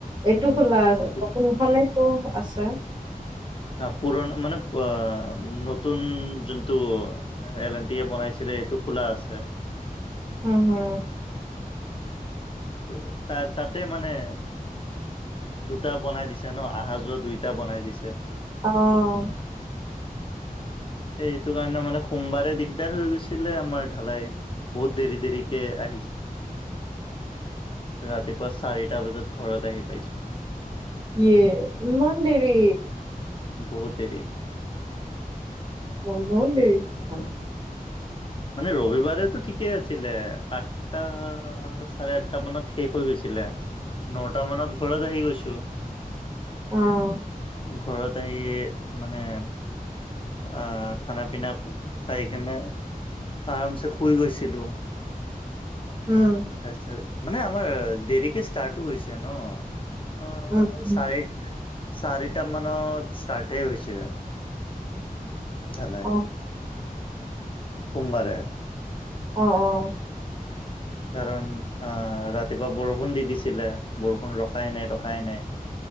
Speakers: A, on the right; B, on the left.
A: এইটো
B: উম,
A: খোলা আছে
B: এইটো
A: অ'কোন ফালে কোন আছে
B: অ', পুৰণা মানে পোৱা নতুন যোনটো এল এন টি য়ে বনাইছিলে এইটো খোলা আছে।
A: হো, হো।
B: টোৰ তাৰ তাতে মানে দুটা বনাই দিছে ন? আহা যোৱা দুইটা বনাই দিছে।
A: অ'।
B: <inaudible> এইটো কাৰণে মানে সোমবাৰে দিগদাৰ হৈ গৈছিলে আমাৰ ঢালাই বহুত দেৰি দেৰিকে আহিছে। ৰাতিপুৱা চাৰিটা বজাত ঘৰত আহি পাইছোঁ।
A: এয়ে ইমান দেৰি
B: বহুত দেৰি
A: <unintelligible> দেৰি <unintelligible>
B: মানে ৰবিবাৰেটো ঠিকেই আছিলে। আঠটা চাৰে আঠটা মানত শেষ হৈ গৈছিলে। নটা মানত ঘৰত আহি গৈছোঁ।
A: অ'।
B: ঘৰত আহি মানে আ' খানা পিনা খাই কিনে আৰামছে শুই গৈছিলোঁ।
A: উম।
B: তাৰপিছত, মানে আমাৰ দেৰিকে ষ্টাৰ্টো হৈছে ন অ'
A: উম উম
B: চাৰিট, চাৰিটা মানত ষ্টাৰ্টে হৈছে আৰু জালাই
A: অ
B: সোমবাৰে
A: অ', অ'।
B: কাৰণ অ' ৰাতিপুৱা বৰষুণ দি দিছিলে, বৰষুণ ৰখাই নাই ৰখাই নাই।